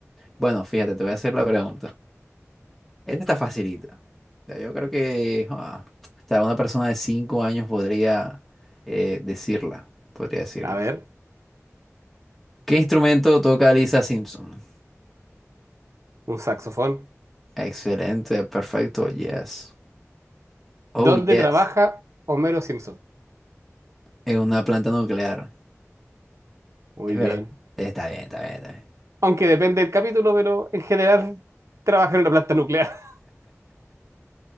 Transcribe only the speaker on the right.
A ver,
un saxofón.
¿Dónde
trabaja Homero Simpson?
Muy
bien.
Aunque depende del capítulo, pero en general trabaja en una planta nuclear. <laughs>